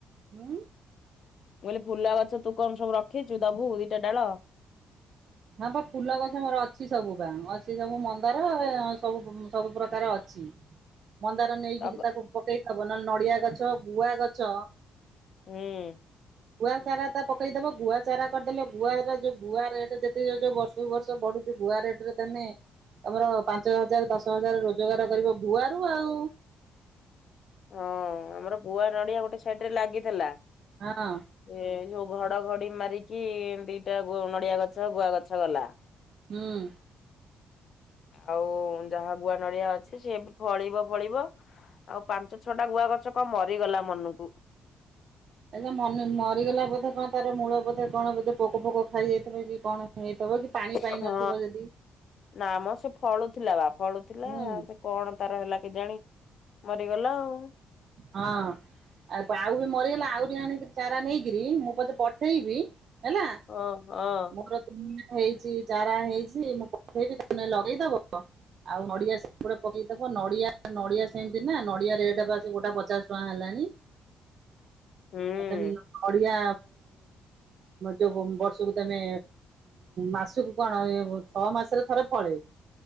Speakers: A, on the right; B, on the left.
A: ହୁଁ
B: ମୁଁ କହିଲି ଫୁଲ ଗଛ ତୁ କଣ ସବୁ ରଖିଛୁ? ଦବୁ ଦିଟା ଡାଳ।
A: ହଁ ପା, ଫୁଲ ଗଛ ମୋର ଅଛି ସବୁ ପା, ଅଛି ସବୁ ମନ୍ଦାର, ସବୁ ସବୁ ପ୍ରକାର ଅଛି।
B: <inaudible>
A: ମନ୍ଦାର ନେଇକି
B: ଟଗ
A: ତାକୁ ପକେଇଥବ ନହେଲେ ନଡିଆ ଗଛ, ଗୁଆ ଗଛ।
B: ହୁଁ
A: ଗୁଆ ଚାରା ତା ପକେଇଦବ ଗୁଆ ଚାରା କରିଦେଲେ ଗୁଆର ଯୋଉ ଗୁଆ ରେଟ ଯୋଉ ବର୍ଷକୁ ବର୍ଷ ବଢୁଛି ଗୁଆ ରେଟ ରେ ତମେ ତମର ପାଞ୍ଚ ହଜାର ଦଶ ହଜାର ରୋଜଗାର କରିବ ଭୁଆ ର ଆଉ।
B: ହଁ ଆମର ଗୁଆ ନଡିଆ ଗୋଟେ ସାଇଡ ରେ ଲାଗିଥିଲା
A: ହଁ।
B: ଏ ଯୋଉ ଘଡଘଡି ମାରିକି ଦିଟା ନଡିଆ ଗଛ, ଗୁଆ ଗଛ ଗଲା।
A: ହଁ।
B: ଆଉ ଯାହା ଗୁଆ ନଡିଆ ଅଛି ସେ ଫଳିବ, ଫଳିବ ଆଉ ପାଞ୍ଚ ଛଅଟା ଗୁଆ ଗଛ କଣ ମରିଗଲା ମନକୁ।
A: ଆଚ୍ଛା ମନ ମରିଗଲା ବୋଧେ କଣ ତାର ମୂଳ ବୋଧେ କଣ ବୋଧେ ପୋକ ପୋକ ଖାଇଯାଇଥିବ କି କଣ ହେଇଥିବ କି। ପାଣି ପାଇ
B: ହଁ
A: ନଥିବ ଯଦି
B: ନା ମ ସେ ଫଳୁଥିଲା ବା ଫଳୁଥିଲା
A: ହୁଁ
B: କଣ ତାର ହେଲା କେଜାଣି ମରିଗଲା ଆଉ।
A: ହଁ। ଆଉ ଆଉ ବି ମରିଗଲା ଆହୁରି ଆଣିକିରି ଚାରା ନେଇକିରି ମୁଁ ପଛେ ପଠେଇବି ହେଲା
B: ହ ହ।
A: ମୋର ଦୁଆ ହେଇଛି, ଚାରା ହେଇଛି, ମୁଁ ପଠେଇବି ତମେ ଟିକେ ଲଗେଇଦବ। ଆଉ ନଡିଆ ସବୁ ଗଟେ ପକେଇଦବ, ନଡିଆ ନଡିଆ ସେମିତି ନା ନଡିଆରେ ଏଟା ବା ସେ ଗୋଟା ପଚାଶ ଟଙ୍କା ହେଲାଣି।
B: ହୁଁ।
A: ଆଉ ନଡିଆ ଯୋଉ ବର୍ଷକୁ ତମେ ମାସକୁ କଣ ଇଏ ଛଅ ମାସରେ ଥରେ ଫଳେ।